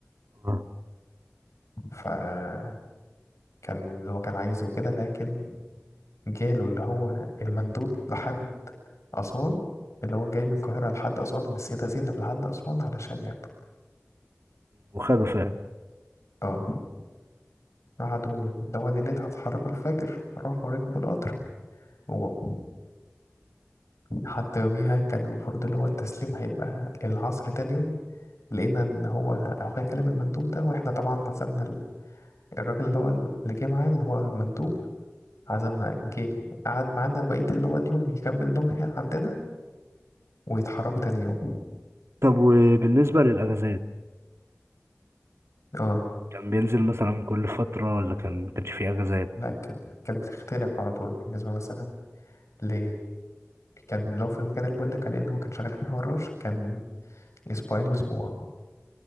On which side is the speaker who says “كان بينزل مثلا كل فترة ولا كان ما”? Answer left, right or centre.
Right